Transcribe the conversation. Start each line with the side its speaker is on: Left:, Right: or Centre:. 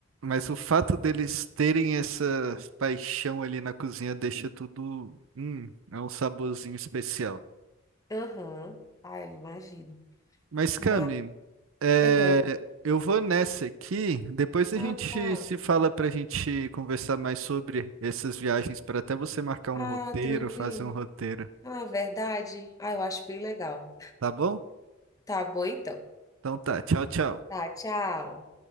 Right: Mas o fato deles terem essa paixão ali na cozinha deixa tudo, hum, é um saborzinho especial.
Left: Aham. Ah, eu imagino.
Right: Mas, Cami,
Left: Mas,
Right: é,
Left: aham.
Right: eu vou nessa aqui. Depois a
Left: Ah,
Right: gente
Left: tá.
Right: se fala para a gente conversar mais sobre essas viagens, para até você marcar um
Left: Ah,
Right: roteiro,
Left: tranquilo.
Right: fazer um roteiro,
Left: Ah, verdade. Ah, eu acho bem legal.
Right: tá bom?
Left: Tá bom, então.
Right: Então tá, tchau, tchau.
Left: Tá, tchau.